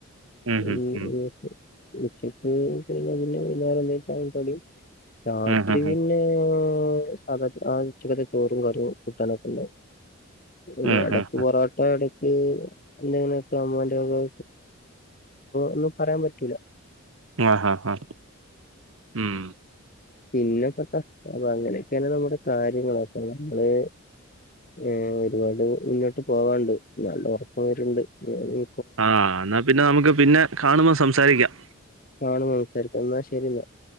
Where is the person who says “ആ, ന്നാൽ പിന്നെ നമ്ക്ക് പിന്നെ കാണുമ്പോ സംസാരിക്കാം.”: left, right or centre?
Right